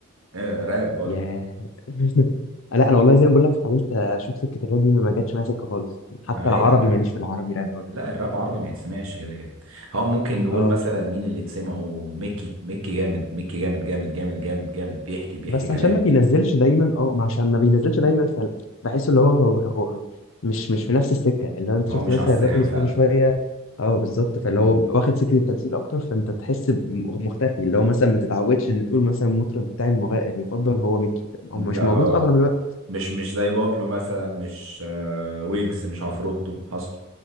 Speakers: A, on the right; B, on the left.
A: آه راب برضو
B: يا <laughs> لا انا والله زي ما بقول لك حاولت اشوف سكه الراب دي ما ما جاتش معايا سكه خالص
A: ما
B: حتى العربي
A: هي
B: ماليش في العربي راب برضه
A: لا الراب عربي ما يتسمعش كده كده هو ممكن نقول
B: اه
A: مثلا مين اللي تسمعه ميكي ميكي جامد ميكي جامد جامد جامد جامد جامد بيحكي بيحكي
B: بس
A: كلام
B: عشان ما بينزلش دايما اه ما عشان ما بينزلش دايما فبحس اللي هو, هو هو مش مش في نفس السكه اللي هو انت
A: هو
B: شفت
A: مش
B: مثلا
A: على الساحة
B: الرابرز
A: فعلا
B: كل شويه اه بالظبط فاللي
A: مم.
B: هو واخد سكه التمثيل اكتر فانت تحس ب- مختفي اللي هو مثلا ما تتعودش ان تقول مثلا المطرب بتاعي المغ- المفضل هو ميكي هو
A: لا
B: مش موجود
A: اه
B: اغلب الوقت
A: مش مش زي بابلو مثلا مش آه ويجز مش عفروتو حصل